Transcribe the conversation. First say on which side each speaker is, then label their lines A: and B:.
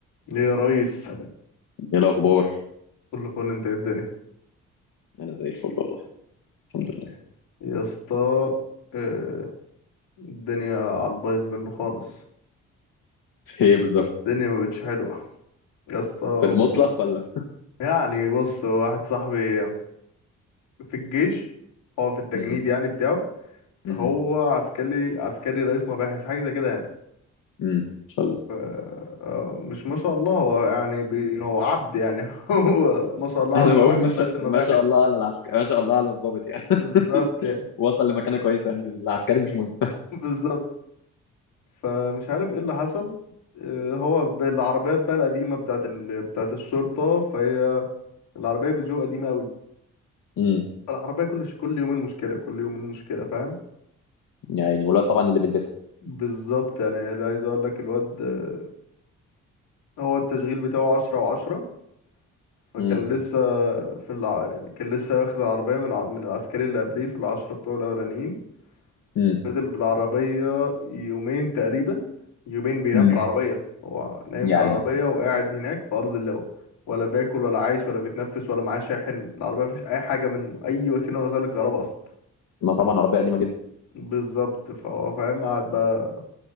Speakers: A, on the left; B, on the left.
A: ليه يا ريس
B: ايه الاخبار
A: كله فل انت ايه الدنيا
B: انا زي الفل والله الحمد لله
A: يا اسطى اه، الدنيا على البايظ منه خالص
B: في ايه بالظبط
A: الدنيا ما بقتش حلوه يا اسطى
B: في المطلق
A: بص
B: ولا
A: يعني بص واحد صاحبي في الجيش هو في التجنيد
B: امم
A: يعني بتاعه فهو
B: امم
A: عسكري عسكري رئيس مباحث حاجه زي كده يعني
B: امم ان شاء الله
A: ف- اه، مش ما شاء الله هو يعني بي هو عبد يعني <laughs> هو ما شاء الله
B: انا
A: عز-
B: بقول
A: على
B: ما شاء
A: رئيس المباحث
B: ما شاء الله على العسكري ما شاء الله على الضابط يعني
A: بالظبط
B: <laughs>
A: يعني.
B: وصل لمكانه كويسه يعني العسكري مش مهم
A: <laughs> بالظبط فمش عارف ايه اللي حصل آه، هو بالعربيات بقى القديمة بتاعت ال... بتاعت الشرطة فهي العربية بيجو قديمة قوي
B: امم
A: فالعربية كل ش... كل يومين مشكلة كل يومين مشكلة فاهم
B: يا عيني والواد طبعا اللي بيلبسها
A: بالظبط يعني لا عايز اقول لك الواد آه، هو التشغيل بتاعه عشرة وعشرة فكان
B: امم
A: لسه في الع... يعني كان لسه واخد العربية من الع... من العسكري اللي قبليه في العشرة بتوعه الأولانيين
B: امم
A: فضل بالعربية يومين تقريبا يومين بينام
B: امم
A: في العربية هو نايم
B: يا
A: في العربية
B: عيني
A: وقاعد هناك في أرض اللواء ولا باكل ولا عايش ولا بيتنفس ولا معاه شاحن العربية مفيهاش أي حاجة من أي وسيلة من وسائل الكهرباء أصلا
B: ما طبعا عربيه قديمه جدا
A: بالظبط فهو فاهم قعد بقى